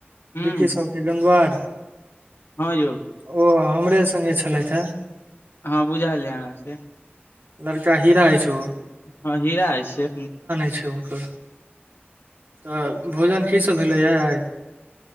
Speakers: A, on the left; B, on the right.
A: हूं
B: बिकशल कऽ गेन्द्वार।
A: हँ यौ।
B: ओ हमरे संगे छलथि हेँ।
A: हँ, बुझलियै अहाँसँ।
B: लड़का हीरा अछि ओ।
A: हँ, हीरा अइ से।
B: हुनकर। तऽ भोजनमे की सभ भेलैए आइ?